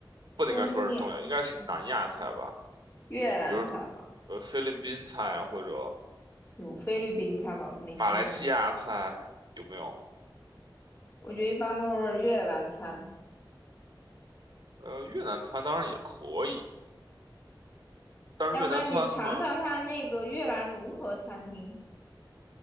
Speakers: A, on the right; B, on the left.
A: 不应该说是东亚，
B: 东面
A: 应该是南亚菜吧？
B: 越南菜嘛，
A: 比如说，呃，菲律宾菜啊，或者。
B: 有菲律宾菜吗？我都没听过。
A: 马来西亚菜有没有？
B: 我觉得一般都是越南餐，
A: 呃，越南餐当然也可以，但是越南餐的话，
B: 要不然你尝尝它那个越南融合餐厅。